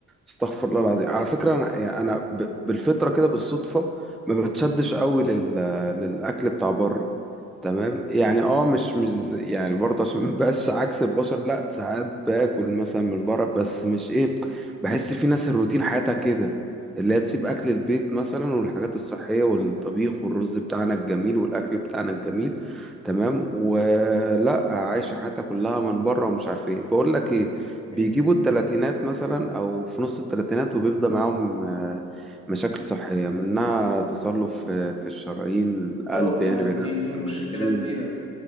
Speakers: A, in the centre; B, on the left.
A: استغفر الله العظيم على فكرة أنا يعني أنا ب- بالفطرة كده بالصدفة ما بتشدش قوي لل... للأكل بتاع بره تمام يعني اه مش مش ز- يعني برضه عشان <laughs> مبقاش عكس البشر لا ساعات باكل مثلا من بره بس مش ايه بحس في ناس الروتين حياتها كده اللي هي تسيب أكل البيت مثلا والحاجات الصحية والطبيخ والرز بتاعنا الجميل والأكل بتاعنا الجميل تمام ولا عايشة حياتها كلها من بره ومش عارف ايه بقول لك ايه بيجيبوا
B: يعني
A: التلاتينات مثلا او في نص التلاتينات وبيبدأ معاهم آه، مشاكل صحية منها تصلب آه، في الشرايين القلب
B: اه
A: يعني
B: ما
A: بعيد
B: دي
A: عن
B: دي
A: السمعيين
B: مشكلة كبيرة